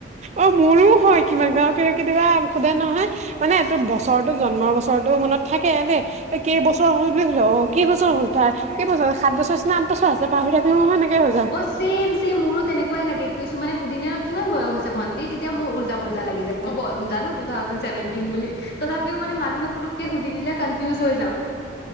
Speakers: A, on the right (about 35°); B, on the left (about 55°).
A: অ' মোৰো হয় কিমান বাৰ কেতিয়াবা সোধে নহয়, মানে এইটো বছৰতো- জন্ম বছৰতো মনত থা কে এনে কেইবছৰ হ'ল বুলি সোধে কেই বছৰ হ'ল তাৰ? কেইবছৰ? সাঁত বছৰ নে আঁঠ বছৰ আছে? পাহৰি থাকিলোঁ নহয় এনেকে হৈ যাওঁ।
B: অ' ছেম - ছেম, মোৰো তেনেকুৱাই লাগে। কিছুমানে সুধিলে কিমান বয়স হৈছে ভণ্টি, তেতিয়া মোৰ উল্টা উল্টা লাগি যায়। মই গ- জানো টু থাউজেন্ড চেভেনটিন বুলি। তথাপিও মানে মানুহে পুটুক্কে সুধি দিলে কনফিউজ হৈ যাওঁ।